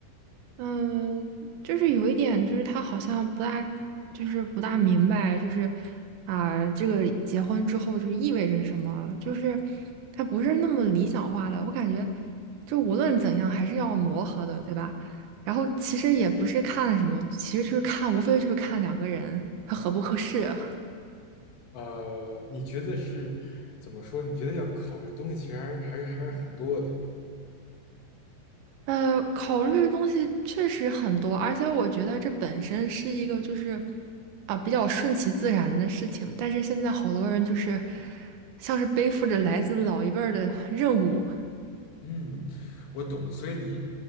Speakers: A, on the right; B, on the left.
A: 嗯，就是有一点，就是他好像不大，就是不大明白，就是啊、这个结婚之后就是意味着什么，就是他不是那么理想化的。我感觉，就无论怎样还是要磨合的，对吧？然后其实也不是看什么，其实就是看，无非就是看两个人他合不合适。
B: <laughs> 呃，你觉得是怎么说？你觉得要考虑的东西其实还是还是还是很多的，对吧？
A: 呃，考虑的东西确实很多，而且我觉得这本身是一个就是啊比较顺其自然的事情。但是现在好多人就是像是背负着来自老一辈儿的任务，
B: 嗯，我懂，所以你，